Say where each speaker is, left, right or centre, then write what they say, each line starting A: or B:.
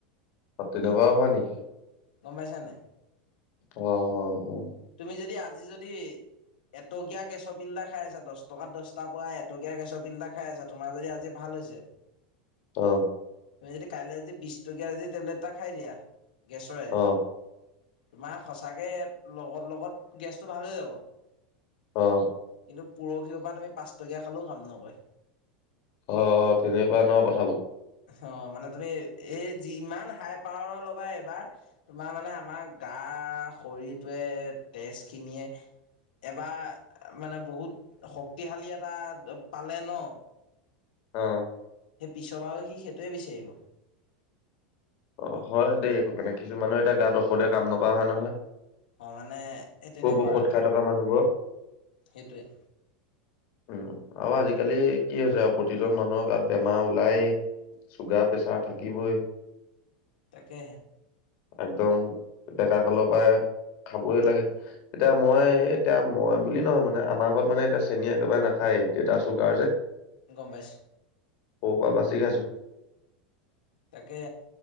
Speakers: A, on the left (about 50°); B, on the left (about 90°).
A: তেনেকুৱাও হয় নেকি
B: গম পাইছ নাই
A: আহ অ অ
B: তুমি যদি <inaudible> এটকীয়া গেছৰ পিল্ডা খাই আছা দহ টকাত দহটা প এটকীয়া গেছৰ পিল্ধা খাই আছা তোমাৰ যদি আজি ভাল হৈছে <inaudible>
A: অ
B: তুমি যদি কাইলৈ যদি বিছ টকীয়া যদি টেবলেট এটা খাই দিয়া গেছৰে
A: অ
B: তোমাৰ সঁচাকে লগত লগত গেছটো ভাল হৈ যাব
A: অ
B: কিন্তু পৰহি পৰা তুমি পাঁচটকীয়া খালেও কাম নকয়
A: অ অ তেনেকুৱা নহ কথাবোৰ
B: অ মানে তুমি এই যি ইমান হাই পাৱাৰৰ ল'বা এইবাৰ তোমাৰ মানে আমাৰ গা শৰীৰটোৱে তেজ খিনিয়ে এবাৰ মানে বহুত শক্তিশালী এটা পালে ন
A: অ
B: সেই পিছৰ পৰাাৰ সি সেইটোৱে বিচাৰিব
A: অ হয় দেই সকাৰণে কিছুমানে এতিয়া গাত ঔষধে কাম নকৰা হয় নহয়
B: অ মানে এই তেনেকুৱা
A: খুব ঔষধ
B: আৰু
A: খাই থকা মানুহবোৰৰ
B: সেইটোৱে
A: উম আৰু আজিকালি কি হৈছে আৰু প্ৰতিজন মানুহক গাত বেমাৰ ওলায় চুগাৰ প্ৰেছাৰ থাকিবই
B: তাকে
A: একদম ডা কলো পায় খাবই লাগে এতিয়া মই এতিয়া মই বুলি নহয় মানে আমাৰ ঘৰত মানে এতিয়া চেনীয়ে একবাই নাখায় দেত আছো গাৰ যে
B: গম্বছ
A: অ পৰা বাচি খাইছো
B: তাকে